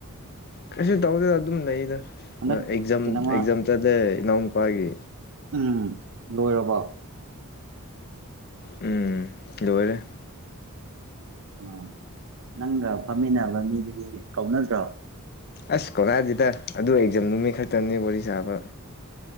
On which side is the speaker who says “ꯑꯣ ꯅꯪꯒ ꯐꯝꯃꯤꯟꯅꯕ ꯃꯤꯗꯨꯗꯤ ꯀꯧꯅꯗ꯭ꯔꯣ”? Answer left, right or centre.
Right